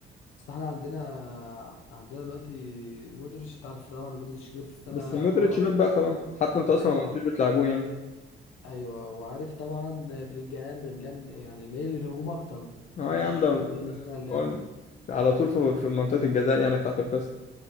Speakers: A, on the left; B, on the left.
A: اصل احنا عندنا عندنا دلوقتي مودريتش تعرف طبعا إن مودريتش كبير في السنه
B: بس مودريتش
A: خلاص
B: مات بقى خلاص حتى أنتوا أصلا
A: اه
B: ما كنتوش بتلعبوه يعني
A: ايوه وعارف طبعا بلينجهام بلينجهام يعني مايل للهجوم اكتر
B: أه
A: مش
B: يا عم ده
A: مايل لصانع اللعب
B: هو على طول في في منطقة الجزاء يعني بتاعة الخصم